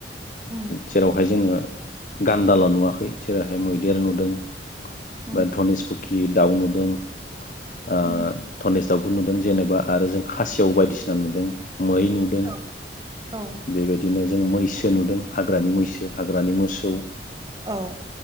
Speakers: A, on the right; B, on the left.
A: उम
B: जेरावहाय जोंङो गान्दाल' नुवाखै जेरैहाय मैदेर नुदों
A: उम
B: बा धनेस फुथि कि दाउ नुदों आ
A: उम
B: धनेश दाव बो नुदों जेनेबा आरो जों खासेव बायदिसिना नुदों मै नुदों
A: औ औ
B: बेबायदिनो जों मैसो नुदों हाग्रानि मैसो हाग्रानि मोसौ
A: औ